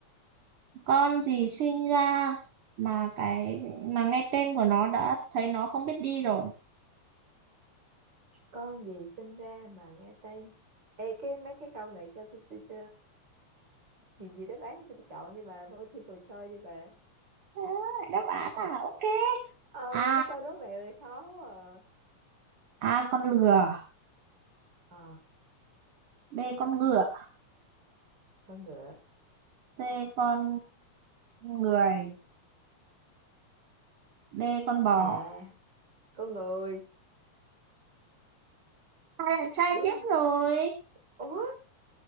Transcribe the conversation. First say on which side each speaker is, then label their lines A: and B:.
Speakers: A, on the right; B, on the right.
A: Con gì sinh ra mà cái mà nghe tên của nó đã thấy nó không biết đi rồi
B: Con gì sinh ra mà nghe tên? Ê, cái mấy cái câu này cho tôi xin uh, gì gì đáp án cho tôi chọn đi bà, multiple choice đi bà.
A: Đó, đáp án là ok
B: Ờ,
A: A
B: mấy câu đố mẹo này khó quá à.
A: A con lừa
B: ờ
A: B con ngựa
B: con ngựa
A: C con người D con bò
B: à con người
A: hai lần sai
B: đúng
A: tiếp
B: không
A: rồi
B: ủa